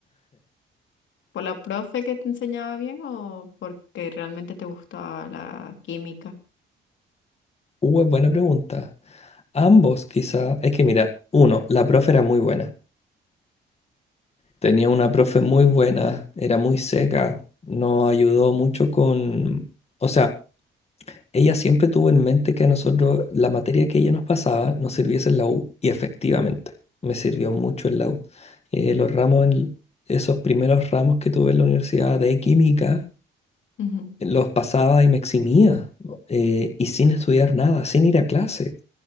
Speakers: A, on the left; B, on the left.
A: ¿Por la profe que te enseñaba bien o porque realmente te gustaba la química?
B: Uh, es buena pregunta. Ambos quizá. Es que mira, uno, la profe era muy buena. Tenía una profe muy buena, era muy seca, nos ayudó mucho con... O sea, ella siempre tuvo en mente que a nosotros la materia que ella nos pasaba nos sirviese en la U y efectivamente me sirvió mucho en la U. Eh, los ramos, en- esos primeros ramos que tuve en la universidad de química,
A: Ujú.
B: los pasaba y me eximía eh, y sin estudiar nada, sin ir a clase.